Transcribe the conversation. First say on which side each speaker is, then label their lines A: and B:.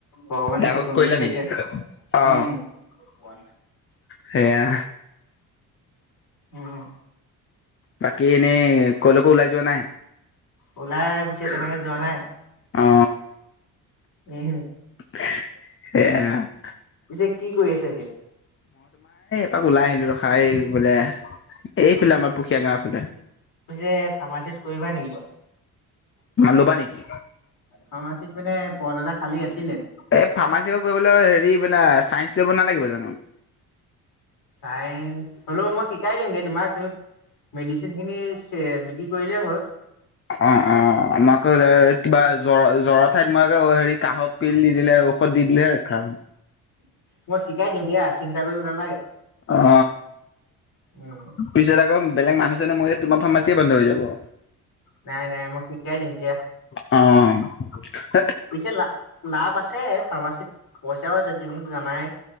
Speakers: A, on the left (about 65°); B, on the left (about 35°).
A: ভগৱানে
B: ডাঙৰকে
A: চকু
B: কৰিলা
A: মেলি চাইছে।
B: নেকি অ
A: উম,
B: সেয়া
A: উম
B: বাকী এনেই কলৈকো ওলাই যোৱা নাই?
A: ওলাই পিছে তেনেকে যোৱা নাই
B: অ
A: উম।
B: <unintelligible>
A: যে কি কৰি আছ এতিয়া।
B: তাক ওলাই আহিলো ৰখাই বোলে এইফালে আমাৰ পুখীয়া গাঁওৰ ফালে।
A: পিছে ফাৰ্মাচীত কৰিবা নেকি কোৱা।
B: ল'বা নেকি
A: সামাজিক মানে পথ এটা খালী আছিল।
B: এই ফাৰ্মাচী কৰিবলৈ হেৰি বোলে <unintelligible> নালাগিব জানো
A: চাইস হ'লেও মই শিকাই দিমগে তোমাক তুমি। মেডিচিন খিনি চ বিক্ৰী কৰিলেই হ'ল।
B: অ', অ', আমাক <unintelligible> কিবা জ্বৰ জ্বৰ ঠাইত মে হেৰি কাঁহৰ পিল দি দিলে ঔষধ দি দিলেহে ৰক্ষা হ'ব।
A: মই শিকাই দিম দিয়া চিন্তা কৰিব নালাগে।
B: অ
A: উম
B: পিছত আকৌ বেলেগ মানুহজনে মই তোমাৰ ফাৰ্মাচী বন্ধ হৈ যাব
A: নাই নাই মই শিকাই দিম দিয়া।
B: অহ।
A: পিছে লা লাভ আছে ফাৰ্মাচীত পইচাও তুম জানাই।